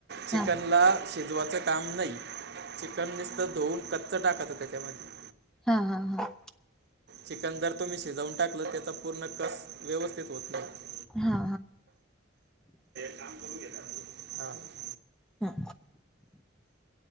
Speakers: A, on the right; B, in the centre.
A: चिकनला
B: हा हा
A: शिजवायचं काम नाही. चिकन नीस्त धुवून कच्च टाकाच त्याच्यामध्ये.
B: हा हा हा.
A: चिकन जर तुम्ही शिजवून टाकलं, त्याचा पूर्ण कस व्यवस्थित होत नाही.
B: हा हा हा
A: काम करून घेत हा. <unintelligible>
B: हा.